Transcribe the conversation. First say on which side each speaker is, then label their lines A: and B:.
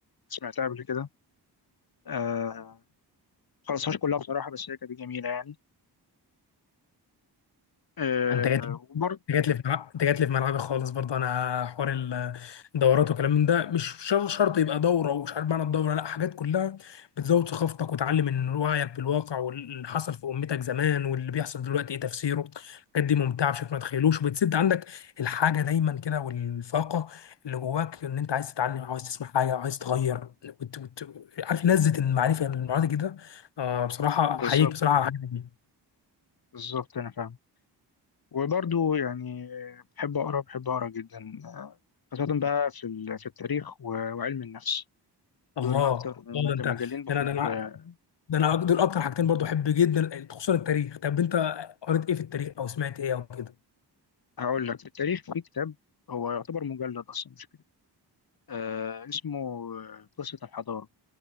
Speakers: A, on the left; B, on the left.
A: سمعتها قبل كده آه خلصهاش كلها بصراحه بس هي كانت جميله يعني آه
B: انت جاي
A: وبرضه
B: انت جات لي في ملعب انت جات لي في ملعبي خالص برضه انا حوار ال- الدورات وكلام من ده مش شر- شرط يبقى دوره ومش عارف معنى الدوره لا حاجات كلها بتزود ثقافتك وتعلم من وعيك بالواقع واللي حصل في امتك زمان واللي بيحصل دلوقتي ايه تفسيره الحاجات دي ممتعه بشكل ما تتخيلوش وبتسد عندك الحاجه دايما كده والفاقه اللي جواك ان انت عايز تتعلم عاوز تسمع حاجه عايز تغير وت... وت... عارف لذه المعرفه المعرفه كده آه بصراحه
A: بالظبط
B: احييك بصراحه على الحاجه دي
A: بالظبط انا فاهم وبرضو يعني بحب أقرأ بحب أقرأ جدا آه، خاصة بقى في ال- في التاريخ و- وعلم النفس دول
B: الله
A: أكتر مج-
B: الله ده
A: مجالين
B: انت
A: بحب
B: ده انا ده انا
A: آه،
B: ده انا دول اكتر حاجتين برضو احب جدا خصوصا التاريخ طب انت قريت ايه في التاريخ او سمعت ايه او كده
A: هقول لك في التاريخ في كتاب هو يعتبر مجلد أصلا مش كتاب آه اسمه آه، قصة الحضارة